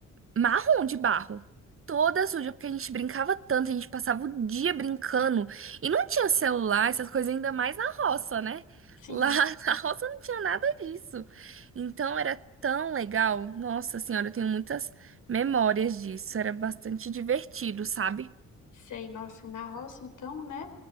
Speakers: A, on the right; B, on the left.
A: marrom de barro, toda suja, porque a gente brincava tanto, a gente passava o dia brincando e não tinha celular, essas coisas, ainda mais na roça, né?
B: sim,
A: Lá <laughs> na roça não tinha nada disso. Então era tão legal. Nossa senhora, eu tenho muitas memórias disso, era bastante divertido, sabe?
B: sei. Nossa, e na roça então, né?